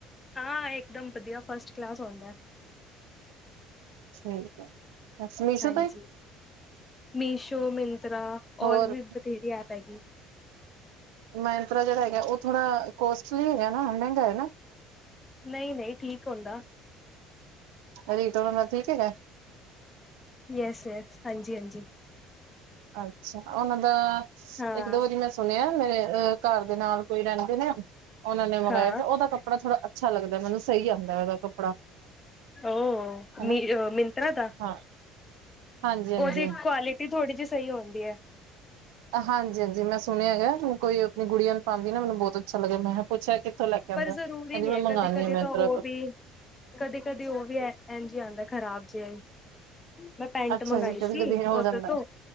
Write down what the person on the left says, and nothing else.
ਹਾਂ ਇੱਕਦਮ ਵਧੀਆ ਫਸਟ ਕਲਾਸ ਹੋੰਦਾ
ਹਾਂਜੀ।
ਮੀਸ਼ੋ, ਮਿੰਤਰਾ
ਔਰ ਵੀ ਬਥੇਰੀ ਐਪ ਹੈਗੀ
ਨਹੀਂ ਨਹੀਂ, ਠੀਕ ਹੋਦਾਂ-
ਯੇਸ ਯੇਸ, ਹਾਂਜੀ ਹਾਂਜੀ
ਹਾਂ।
ਹਾਂ
ਉਹ
ਮਿਸ਼ੁ ਮਿੰਤਰਾ ਦਾ,
ਉਹਦੀ ਕੁਆਲਟੀ ਥੋੜੀ ਜੇਹੀ ਸਹੀ ਹੁੰਦੀ ਹੈ
ਪਰ ਜ਼ਰੂਰੀ
ਨਹੀ
ਹੈ,
ਕਦੇ- ਕਦੇ
ਤਾਂ ਉਹ
ਵੀ ਕਦੇ- ਕਦੇ ਉਹ ਵੀ ਇੰਜ ਆੰਦਾ ਹੈ ਖਰਾਬ ਜਿਹਾ ਮੈਂ ਪੈਂਟ
ਮੰਗਵਾਈ
ਸੀ
ਓਦੋਂ
ਤੋਂ,